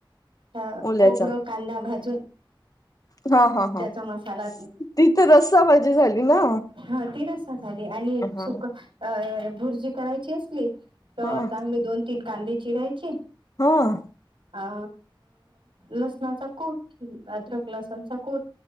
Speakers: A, on the right; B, on the left.
A: हां..
B: ओल्याचा
A: खोबरं कांदा भाजून.
B: हा हा
A: त्याचा
B: हा.
A: मसाला
B: ती तर‌ रस्साबाजी झाली ना.
A: हां ते कसं, झाले आणि
B: हा
A: सुक अ भुर्जी करायची असली तर
B: हा
A: चांगले दोन तीन कांदे चिराय चे.
B: हा.
A: अ लसणाचा कु ट अद्रक. लसूणचा कूट